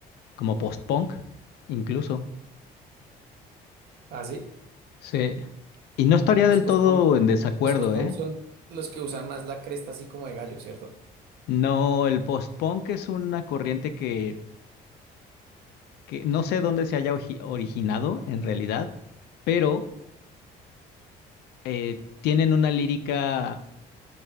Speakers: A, on the left; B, on the right.
A: como post-punk, incluso.
B: ¿Ah, sí?
A: Sí. Y no estaría del
B: Los post-punk,
A: todo en desacuerdo,
B: los post-punk
A: ¿eh?
B: son los que usan más la cresta así como de gallo, ¿cierto?
A: No, el post-punk es una corriente que que no sé dónde se haya oji- originado en realidad, pero eh, tienen una lírica,